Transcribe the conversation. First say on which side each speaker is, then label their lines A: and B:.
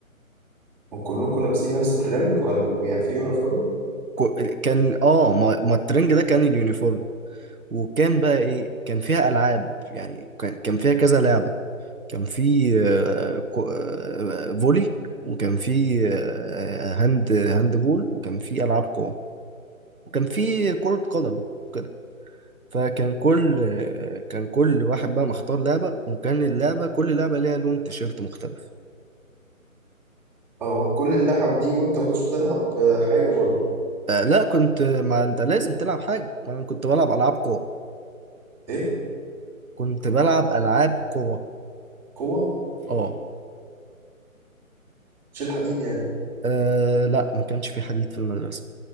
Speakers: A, in the centre; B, on the right.
A: وكلكم لابسين نفس الترنج ولا يعني في يونيفورم
B: وكان اه ما, ما الترنج ده كان اليونيفورم وكان بقى ايه كان فيها العاب يعني كان كان فيها كذا لعبه كان في آه، كو- آه، فولي وكان في آه، هاند هاند بول وكان في العاب قوه وكان في كره قدم وكده فكان كل آه، كان كل واحد بقى مختار لعبه وكان اللعبه كل لعبه ليها لون تيشيرت مختلف
A: هو كل اللعب دي وانت ما كنتش بتلعب حاجة برضه
B: آه، لا كنت ما انت لازم تلعب حاجه ما انا كنت بلعب العاب قوه
A: ايه
B: كنت بلعب العاب قوه
A: قوة
B: اه
A: تشيل حديد يعني
B: آه لا ما كانش في حديد في المدرسة